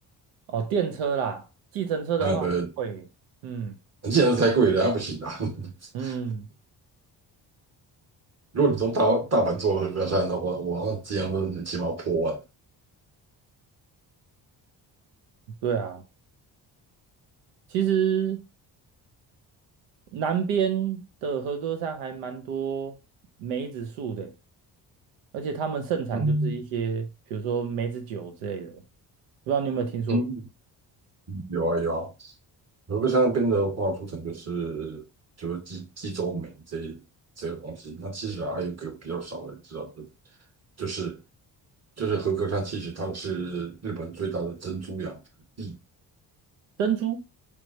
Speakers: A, on the right; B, on the right.
A: 哦，电车啦，计程车的话会，
B: 那个
A: 嗯
B: 电车然是太贵了，那不行啊。<laughs>
A: 嗯，
B: 如果你从大大阪坐和歌山的话，我那机票真起码要破万。
A: 对啊，其实。南边的和歌山还蛮多梅子树的，而且他们盛产就是一些，
B: 嗯
A: 比如说梅子酒之类的，不知道你有没有听说过？
B: 嗯，有啊有啊，和歌山那边的话，出产就是就是济济州煤这这个东西。那其实啊还有一个比较少的人知道的，就是就是和歌山，其实它是日本最大的珍珠养殖地。
A: 珍珠